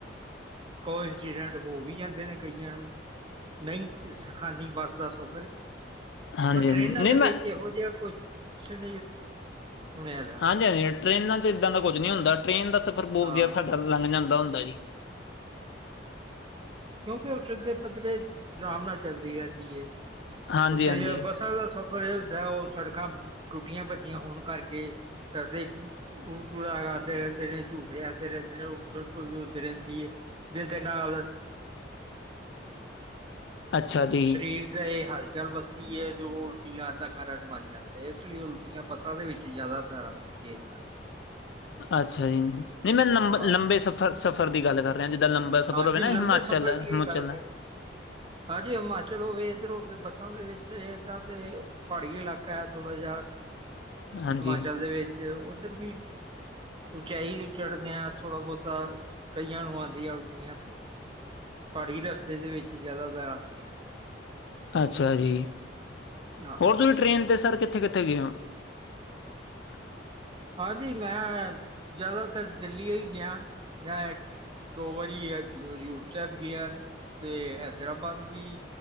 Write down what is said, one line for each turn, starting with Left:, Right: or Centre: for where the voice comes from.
Right: ਕੋ ਇੰਸੀਡੈਂਟ ਹੋ ਵੀ ਜਾਂਦੇ ਨੇ ਕਈਆਂ ਨੂੰ, ਨਹੀਂ ਸਿਖਾਂਦੀ ਬੱਸ ਦਾ ਸਫ਼ਰ।
Left: ਹਾਂਜੀ
Right: ਪਰ ਟਰੇਨਾਂ
Left: ਨਹੀਂ
Right: ਦੇ
Left: ਮੈਂ
Right: ਵਿੱਚ ਐਹੋ ਜਿਹਾ ਕੁਛ ਨੀ ਹੁਣ ਹੈਗਾ
Left: ਹਾਂਜੀ ਹਾਂਜੀ ਟ੍ਰੇਨਾਂ 'ਚ ਇੱਦਾਂ ਦਾ ਕੁਝ ਨਹੀਂ ਹੁੰਦਾ, ਟ੍ਰੇਨ ਦਾ ਸਫ਼ਰ ਬਹੁਤ
Right: ਹਾਂ
Left: ਵਧੀਆ ਸਾਡਾ ਲੰਘ ਜਾਂਦਾ ਹੁੰਦਾ ਜੀ।
Right: ਕਿਉਂਕਿ ਉਹ ਸਿੱਧਰੇ -ਪੱਧਰੇ ਅਰਾਮ ਨਾਲ ਚੱਲਦੀ ਰਹਿੰਦੀ ਏ,
Left: ਹਾਂਜੀ
Right: ਉੱਥੇ
Left: ਹਾਂਜੀ
Right: ਜੇ ਬਸਾਂ ਦਾ ਸਫਰ ਪਰ ਐਹ ਹੁੰਦਾ ਉਹ ਸੜਕਾਂ ਟੁੱਟੀਆਂ -ਭੱਜੀਆਂ ਹੋਣ ਕਰਕੇ, ਵੈਸੇ ਉ ਦੁੜਗਾਉਂਦੇ ਰਹਿੰਦੇ ਨੇ ਝੂਟੇ ਆਉਂਦੇ ਰਹਿੰਦੇ ਨੇ ਉਹ ਕੁਦਕੁਦ ਰਹਿੰਦੀ ਏ। ਜਿਹਦੇ ਨਾਲ
Left: ਅੱਛਾ ਜੀ
Right: ਸਰੀਰ ਦਾ ਇਹ ਹਲਚਲ ਵਧਦੀ ਏ ਜੋ ਉਲਟੀ ਆਣ ਦਾ ਕਾਰਨ ਬਣ ਜਾਂਦਾ। ਤੇ ਇਸ ਲਈ ਉਲਟੀਆਂ ਬੱਸਾਂ ਦੇ ਵਿੱਚ ਜ਼ਿਆਦਾਤਰ ਆਂਦੀ ਏ ਸਚ
Left: ਅੱਛਾ ਜੀ, ਨਹੀਂ ਮੈਂ ਲੰਬੇ,
Right: ਹਾਂ
Left: ਲੰਬੇ ਸਫ਼ਰ, ਸਫ਼ਰ ਦੀ ਗੱਲ ਕਰ ਜਿੱਦਾਂ ਲੰਬਾ ਸਫ਼ਰ
Right: ਹਾਂਜੀ
Left: ਹੋਵੇ ਨਾ
Right: ਲੰਬੇ
Left: ਹਿਮਾਚਲ,
Right: ਸਫ਼ਰ ਦੀ
Left: ਹਿਮਾਚਲ
Right: ਵੀ ਗੱਲ
Left: ਦਾ
Right: ਕਰ ਹਾਂਜੀ ਹਿਮਾਚਲ ਹੋਵੇ ਇੱਧਰੋਂ ਬੱਸਾਂ ਦੇ ਵਿੱਚ ਏਦਾਂ ਤੇ ਪਹਾੜੀ ਇਲਾਕਾ ਹੈ ਥੋੜ੍ਹਾ ਜਿਹਾ,
Left: ਹਾਂਜੀ
Right: ਹਿਮਾਚਲ ਦੇ ਵਿੱਚ ਉੱਧਰ ਵੀ ਉਚਾਈ ਵੀ ਚੜ੍ਹਦੇ ਆ ਥੋੜ੍ਹਾ ਬਹੁਤਾ, ਕਈਆਂ ਨੂੰ ਆਂਦੀਆਂ ਉਲਟੀਆਂ। ਪਹਾੜੀ ਰਸਤੇ ਦੇ ਵਿੱਚ ਜ਼ਿਆਦਾਤਰ ਆਂਦੀ ਹੈ
Left: ਅੱਛਾ ਜੀ,
Right: ਹਾਂ
Left: ਹੋਰ ਤੁਸੀਂ ਟ੍ਰੇਨ 'ਤੇ ਸਰ ਕਿੱਥੇ -ਕਿੱਥੇ ਗਏ ਹੋ? <inaudible>
Right: ਹਾਂਜੀ ਮੈਂ, ਜ਼ਿਆਦਾਤਰ ਦਿੱਲੀ ਹੀ ਗਿਆ ਜਾਂ ਇੱਕ ਦੋ ਵਾਰੀ ਹ ਹਜ਼ੂਰ ਸਾਹਿਬ ਗਿਆ ਤੇ ਹੈਦਰਾਬਾਦ ਵੀ